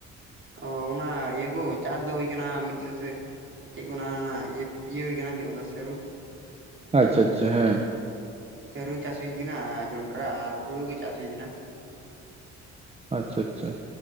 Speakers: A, on the right; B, on the right.
A: ᱚ ᱚᱱᱟ ᱤᱭᱟᱹ ᱠᱚ ᱪᱟᱥ ᱫᱚ ᱦᱩᱭ ᱟᱠᱟᱱᱟ ᱢᱤᱫᱥᱮᱥᱮ ᱪᱮᱫ ᱚᱱᱟ ᱚᱱᱟ ᱨᱮᱱᱟᱜ ᱤᱭᱟᱹ ᱦᱩᱭ ᱠᱟᱱᱟ ᱪᱮᱫ ᱢᱮ ᱥᱟᱹᱨᱩ
B: ᱟᱪᱪᱷᱟ ᱟᱪᱪᱷᱟ ᱦᱮᱸ
A: ᱥᱟᱹᱨᱩ ᱪᱟᱥ ᱦᱩᱭᱠᱟᱱᱟ ᱡᱚᱸᱰᱨᱟ ᱟᱨ ᱦᱩᱲᱩ ᱜᱮ ᱪᱟᱥ ᱦᱩᱭᱠᱟᱱᱟ
B: ᱟᱪᱪᱷᱟ ᱟᱪᱪᱷᱟ